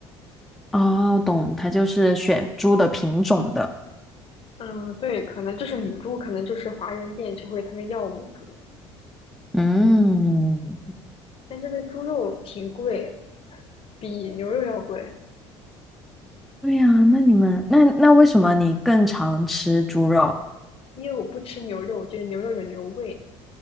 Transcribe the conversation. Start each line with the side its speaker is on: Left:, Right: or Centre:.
Centre: 哦，懂，它就是选猪的品种的。
Left: 嗯，对，可能就是母猪，可能就是华人店就会他们要母猪，
Centre: 嗯，
Left: 但这边猪肉挺贵，比牛肉要贵。
Centre: 对呀，那你们那那为什么你更常吃猪肉？
Left: 因为我不吃牛肉，我觉得牛肉有牛味，